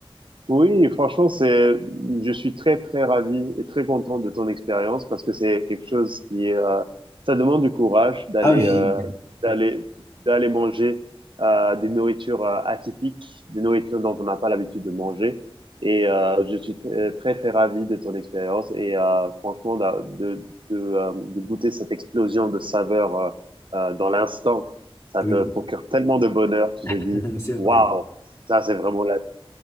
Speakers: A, on the right; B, on the left.
A: Oui, franchement, c'est, je suis très, très ravi et très content de ton expérience parce que c'est quelque chose qui est, euh, ça demande du courage d'aller,
B: Ah oui,
A: euh, d'aller, d'aller manger, euh, des nourritures, euh, atypiques, des nourritures dont on n'a pas l'habitude de manger. Et, euh, je suis très, très, très ravi de ton expérience et, euh, franchement, d'a- de, de, euh, de goûter cette explosion de saveurs, euh, euh, dans l'instant. Ça
B: oui,
A: te procure tellement de bonheur, tu
B: <laughs>
A: te dis,
B: c'est vrai.
A: waouh, ça, c'est vraiment la